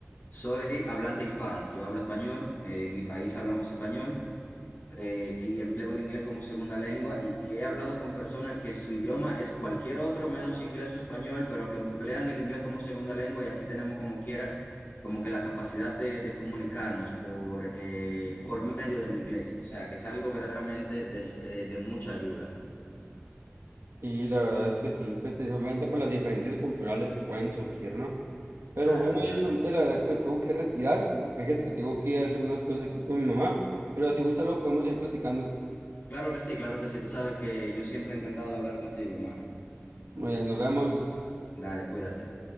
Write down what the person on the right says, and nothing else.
Y la verdad es que sí, pues principalmente por las diferencias culturales que pueden surgir, ¿no? Pero
bueno,
yo ahorita la verdad que me tengo que retirar, porque fíjate que tengo que hacer unas cosas aquí con mi mamá, pero si gusta luego podemos seguir platicando.
Muy bien, nos vemos.